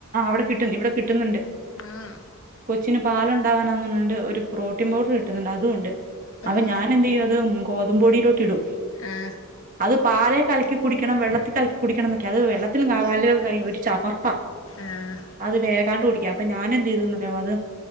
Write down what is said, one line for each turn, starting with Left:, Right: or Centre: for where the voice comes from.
Right: അവ്ടെ കിട്ടും ഇവിടെ കിട്ടുന്നുണ്ട്
Left: ആഹ്
Right: കൊച്ചിന് പാലുണ്ടാവാനന്നറഞ്ഞിട്ട് ഒരു പ്രോട്ടീൻ പൗഡർ കിട്ടുന്നുണ്ട് അതുമുണ്ട് അപൊ
Left: ആഹ്
Right: ഞാനെന്തിയ്യത് ഉം ഗോതമ്പൊടിയിലോ- ഇടും
Left: ആഹ്
Right: അത് പാലേ- കലക്കി കുടിക്കണം വെള്ളത്തി കല ക്കി കുടിക്കണം ന്നൊക്കെ അത് വെള്ളത്തില് <inaudible> കാവാലേ കൈ ചമർപ്പ
Left: ആഹ്
Right: അത് വേഗാണ്ട് കുടിക്കാം അപ്പൊ ഞാൻ എന്തെയ്തുന്നറിയാവോ അത്